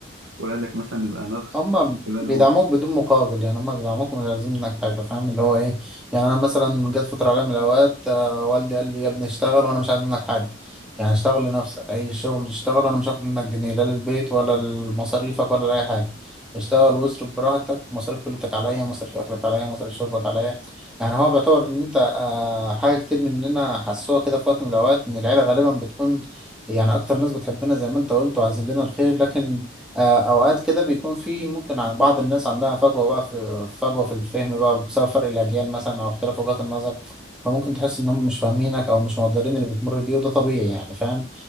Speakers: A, on the right; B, in the centre.
A: ولادك مثلا يبقى نفس
B: هما
A: ولادهم
B: بيدعموك بدون مقابل يعني هما بيدعموك مش عايزين منك حاجة فاهم اللي هو ايه يعني انا مثلا جت فترة عليا من الاوقات آه، والدي قال لي يا ابني اشتغل وانا مش عايز منك حاجة يعني اشتغل لنفسك اي شغل اشتغل انا مش هاخد منك جنيه لا للبيت ولا لمصاريفك ولا لأي حاجة اشتغل واصرف براحتك مصاريف كليتك عليا مصاريف اكلك عليا مصاريف شربك عليا يعني هو بيعتبر ان انت آه، حاجة كتير مننا حسوها كده في وقت من الاوقات ان العيلة غالبا بتكون يعني اكتر ناس بتحبنا زي ما انت قلت وعايزين لنا الخير لكن آه، اوقات كده بيكون في ممكن عن بعض الناس عندها فجوه بقى في فجوه في الفهم بقى بسبب فرق الاجيال مثلا او اختلاف وجهات النظر فممكن تحس ان هم مش فاهمينك او مش مقدرين اللي بتمر بيه وده طبيعي يعني فاهم